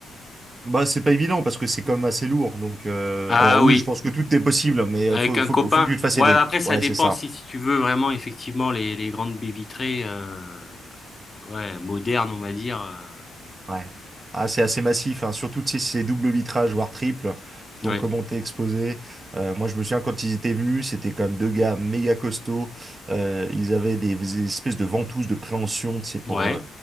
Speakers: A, on the right; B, on the left.
A: Bah, c'est pas évident parce que c'est quand même assez lourd. Donc, euh,
B: Ah
A: alors oui,
B: oui.
A: je pense que tout est possible, mais
B: Avec
A: euh, faut,
B: un
A: faut,
B: copain.
A: faut que tu te fasses
B: Ouais,
A: aider.
B: après, ça
A: Ouais,
B: dépend
A: c'est ça.
B: si, si tu veux vraiment, effectivement, les, les grandes baies vitrées, euh, ouais, modernes, on va dire. euh,
A: Ouais. Ah, c'est assez massif, hein. Surtout tu sais, si c'est double vitrage, voire triple, selon
B: ouais,
A: comment t'es exposé. Euh, moi, je me souviens quand ils étaient venus, c'était quand même deux gars méga costauds. Euh, ils avaient des, des espèces de ventouses de préhension, tu sais, pour,
B: ouais,
A: euh,